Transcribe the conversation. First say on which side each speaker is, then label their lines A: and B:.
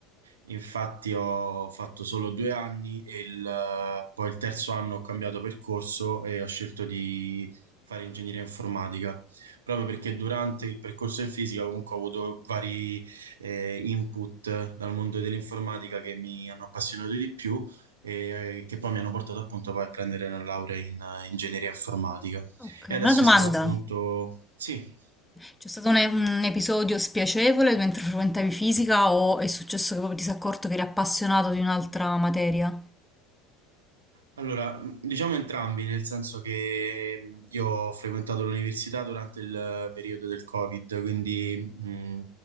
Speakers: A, on the right (about 80°); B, in the centre.
A: Infatti ho fatto solo due anni e il- poi il terzo anno ho cambiato percorso e ho scelto di fare ingegneria informatica, proprio perché durante il percorso in fisica comunque ho avuto vari eh, input dal mondo dell'informatica che mi hanno appassionato di più e eh, che poi mi hanno portato appunto poi a prendere la laurea in eh, ingegneria informatica.
B: Ok,
A: E adesso
B: una domanda.
A: stavo appunto, sì.
B: C'è stato un, un episodio spiacevole mentre frequentavi fisica o è successo che proprio ti sei accorto che eri appassionato di un'altra materia?
A: Allora, diciamo entrambi, nel senso che mh, io ho frequentato l'università durante il periodo del Covid, quindi mh,